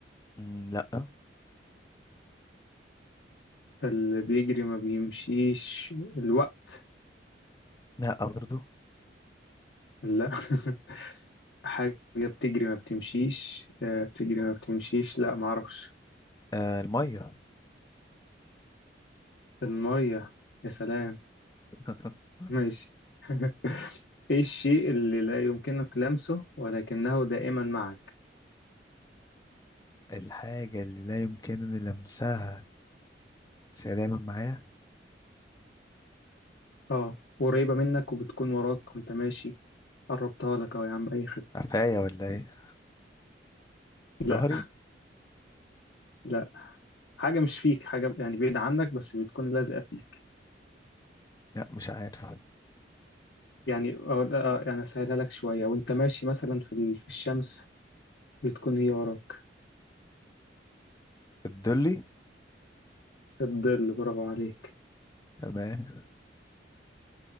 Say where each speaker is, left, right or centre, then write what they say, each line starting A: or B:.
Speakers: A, on the left; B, on the left.
A: مم، لا
B: اللي بيجري ما بيمشيش الوقت
A: لا برضو
B: لا <laughs> حاجة بتجري ما بتمشيش آه، بتجري ما بتمشيش لا معرفش
A: آه المية
B: المية يا سلام
A: <laughs>
B: ماشي <laughs> ايه الشيء اللي لا يمكنك لمسه ولكنه دائما معك
A: الحاجة اللي لا يمكنني لمسها بس هي دايما معايا
B: اه قريبة منك وبتكون وراك وانت ماشي قربتها لك اهو يا عم اي خد
A: قفايا ولا ايه
B: لا
A: ظهري
B: لا حاجة مش فيك حاجة يعني بعيدة عنك بس بتكون لازقة فيك
A: لا مش عارف
B: يعني اه آه، يعني اسهلها لك شوية وانت ماشي مثلا في ال- في الشمس بتكون هي وراك
A: الدلي
B: الظل برافو عليك
A: تمام